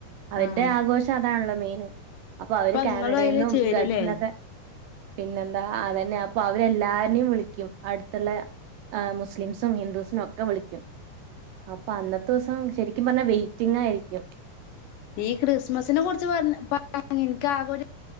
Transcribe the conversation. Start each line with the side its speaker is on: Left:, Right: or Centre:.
Right: അവരുടെ
Left: ആഹ്
Right: ആഘോഷം അതാണല്ലോ മെയിൻ അപ്പൊ അവര് കാനഡയിൽ
Left: നിങ്ങളും അതില്
Right: നിന്നും
Left: ചേരൂലേ
Right: ഗൾഫിന്നൊക്കെ പിന്നെന്താ അതന്നെ അപ്പൊ അവരെല്ലാരനേ വിളിക്കും അടുത്തുള്ള ആഹ് മുസ്ലിംസും ഹിന്ദുസിനും ഒക്കെ വിളിക്കും അപ്പൊ അന്നത്തെ ദിവസം ശരിക്കും പറഞ്ഞാ വെയിറ്റിംഗ് ആയിരിക്കും
Left: ഈ ക്രിസ്മസിനെ കുറിച്ച് പറഞ്ഞ പ എനിക്ക് ആകൊരു